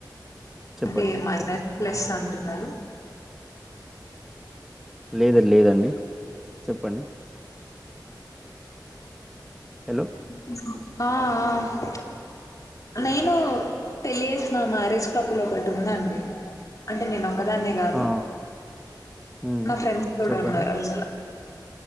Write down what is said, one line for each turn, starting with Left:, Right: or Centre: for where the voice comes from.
Centre: చెప్పండి
Left: అంటే మైనస్ ప్లస్ అంటున్నారు
Centre: లేదండి లేదండి చెప్పండి హలో
Left: <inaudible> ఆ ఆ నేను పెళ్ళి చేసిన మ్యారేజ్ కపుల్ ఒకటి ఉందండి అంటే నేను ఒకదాన్నే కాదు
Centre: ఆ ఉమ్
Left: నా ఫ్రెండ్స్ కూడా
Centre: చెప్పండి
Left: ఉన్నారు అందులో <inaudible>